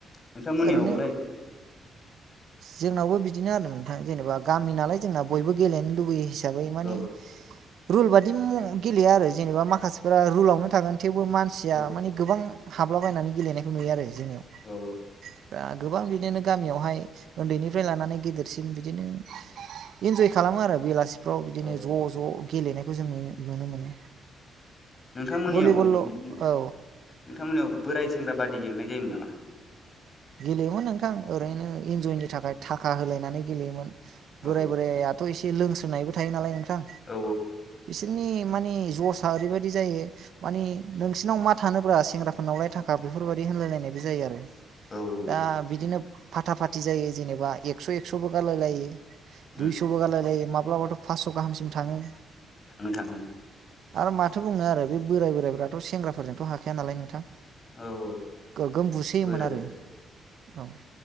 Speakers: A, on the left; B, on the right.
A: नोंथांमोननियावलाय
B: ओरैनो जोंनावबो बि बिदिनो आरो नोंथां जेनेबा गामि नालाय जोंना बयबो गेलेनो लुबैयो हिसाबै मानि
A: औ
B: रुल बादि गेलेया आरो जेनेबा माखासेफोरा रुलावनो थागोन थेवबो मानसिया
A: औ
B: मानि गोबां हाबलाबायनानै गेलेनायखौ नुयो आरो जोंनियाव
A: औ
B: दा गोबां बिदिनो गामियावहाय उन्दैनिफ्राय लानानै गेदेरसिन बिदिनो इन्जय खालामो आरो बेलासिफ्राव बिदिनो
A: औ
B: ज' ज' गेलेनायखौ जों नुनो मोनो
A: नोंथांमोननियाव
B: भलिबल'
A: बिदिनो
B: औ
A: नोंथांमोननियाव बोराय सेंग्रा बादि गेलेनाय जायोमोन नामा
B: गेलेयोमोन नोंथां ओरैनो इन्जयनि थाखाय थाखा होलायनानै गेलेयोमोन बोराय
A: औ
B: बोरायाथ' एसे लोंस्रायबो थायो नालाय नोंथां
A: औ
B: बिसोरनि मानि जसा ओरैबायदि जायो मानि नोंसिनाव मा थानोब्रा सेंग्राफोरनावलाय थाखा बेफोरबायदि होनलायलायनायबो जायो आरो
A: औ
B: दा
A: औ
B: बिदिनो फााथा फाथि जायो जेनेबा एक्स' एक्स'बो गारलाय लायो
A: उम
B: दुइस'बो गारलाय लायो माब्लाबाथ' फासस' गाहामसिम थाङो
A: थाङो थाङो
B: आरो माथो बुंनो आरो बे बोराय बोरायफ्राथ' सेंग्राफोरजोंथ' हाखाया नालाय नोंथां
A: औ औ
B: गोगोम बुसोयोमोन
A: बोराब
B: आरो औ